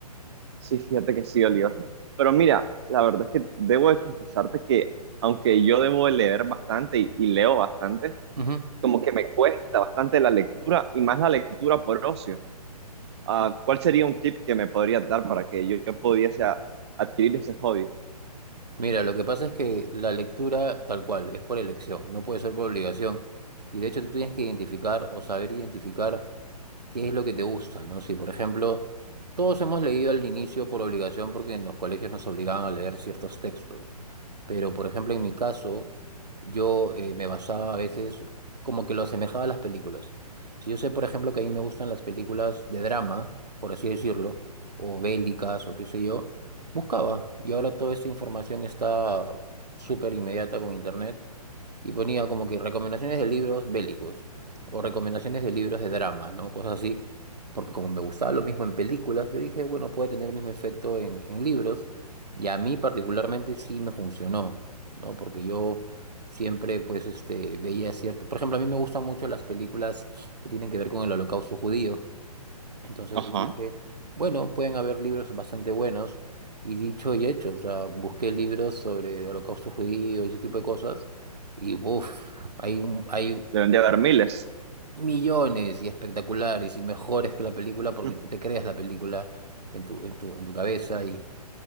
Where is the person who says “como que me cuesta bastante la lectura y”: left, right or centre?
Right